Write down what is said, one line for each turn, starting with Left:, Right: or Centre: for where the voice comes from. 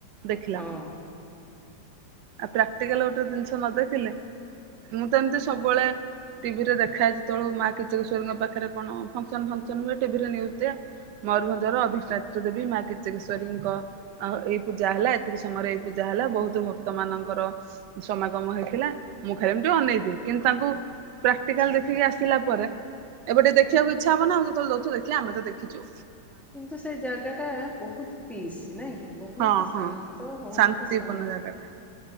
Right: ଦେଖିଲା
Centre: ହଁ
Right: ମାନେ। ଆ ପ୍ରାକ୍ଟାଲ ଗୋଟେ ଜିନିଷ ନ ଦେଖିଲେ ମୁଁ ତ ଏମିତି ସବୁବେଳେ ଟିଭି ରେ ଦେଖା ଯ ଯେତ ତବେଳେ ମା କିଵରୀ ପାଖରେ କଣ ଫସନ ଫସନ ହୁଏ ଟିଭିରେୁଜ ଦ ମୟୂଭଞ୍ଜର ଅଧିକ ନେତ୍ର ଦେବୀ ମା କେତକେଶ୍ୱରୀଙ୍କ ଆଉ ଏଇ ପୂଜା ହେଲା ଏତିକି ସମୟରେ ଏଇ ପୂଜା ହେଲା ବହୁତ ଭକ୍ତ ଭତ ମାନଙ୍କର ସମାଗମ ହେଇଥିଲା ମୁଁ ଖାଲି ମୁ ଟିକ ଅନେଇଥିଲି କିନ୍ତୁ ତାଙ୍କୁ ପ୍ରାକ୍ଟିକାଲ
Centre: ଆଚ୍ଛା।
Right: ଦେଖିକି ଆସିଲା ପରେ ଏବେ ଟିକେ ଦେଖିବାକୁ ଇଚଛ ହବ ଆଉ ଯେତେବେଳେଉୁ ଦେଖିବା ଆମେ ତ ଦେଖଛୁ
Centre: କିନ୍ତୁ ସେ ଜାଗା ଟା ବହୁତ ପିସ୍ ନାଇଁ କି ବହୁତ
Right: ହଁ
Centre: ଶାନ୍ତ
Right: ହଁ
Centre: ବହୁତ
Right: ଶାନ୍ତିପୂର୍ଣ୍ଣ
Centre: ଶାନ୍ତି।
Right: ଜାଗାଟା